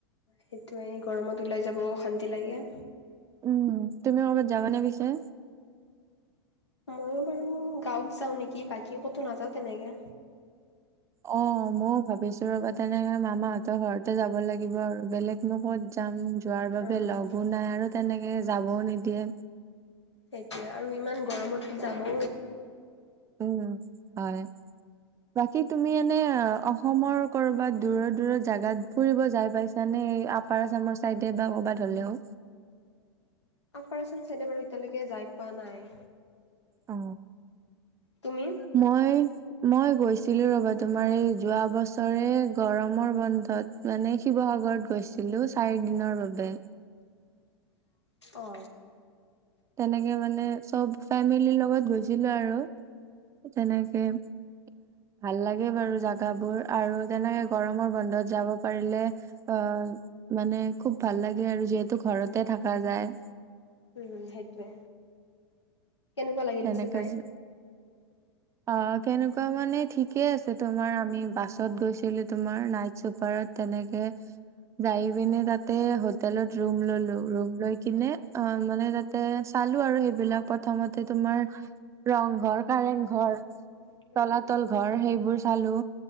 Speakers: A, on the left (about 80°); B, on the right (about 20°).
A: সেইটো এ গৰমত ওলাই যাব অশান্তি লাগে।
B: উম, তুমি ক'ৰবাত যাবানে পিছে?
A: ময়ো বাৰু গাঁৱত যাওঁ নেকি বাকী ক'তো নাযাওঁ তেনেকে।
B: অ ময়ো ভাবিছো ৰ'বা তেনেকে মামাহঁতৰ ঘৰতে যাব লা আৰু বেলেগ নত যাম যোৱাৰ
A: অ',
B: বাবে লগো নাই আৰু তেনেক যাবও নিদিয়ে।
A: সেইটোয়ে আৰু ইমান গৰমত যাবও
B: উম হয়। বাকী তুমি এনে অসমৰ কৰবাত দূৰৰ দূৰৰ জাগাত ফুৰিব যাই পাইছানে? এই আপাৰ আচামৰ চাইডে বা কৰবাত হলেও?
A: আপাৰ আচাম চাইডে বাৰু এতিয়ালৈকে যাই পোৱা নাই?
B: অ
A: তুমি
B: মই মই গৈছিলো ৰবা তোমাৰ এই যোৱা বছৰে গৰমৰ বন্ধত মানে শিৱসাগ ৰত গৈছিলো চাৰি দিনৰ বাবে।
A: অ।
B: তেনেকে মানে চব ফেমিলিৰ লগত গুজিলো আৰু। তেনেকে ভাল লাগে বাৰু জাগাবোৰ আৰু তেনেকে গৰমৰ বন্ধত যাব পাৰিলে অ। মানে খুব ভাল লাগে আৰু যিহেতু ঘৰতে থকা যায়।
A: উম সেইটোৱে। কেনেকুৱা লাগিল
B: তেনেকে
A: পিছে যাই
B: যে আহ কেনেকুৱা মানে ঠিকে আছে, তোমাৰ আমি বাছত গৈছিলো তোমাৰ নাইট চুপাৰত তেনেকে। যাই পিনে তাতে হোটেলত ৰুম ললো, ৰুম লৈ কিনে অ মানে তাতে চা চালো আৰু সেইবিলাক প্ৰথমত ত তোমাৰ ৰং ঘৰ, কাৰেং ঘৰ,
A: উম
B: তলাতল ঘৰ সেইবোৰ চালোঁ।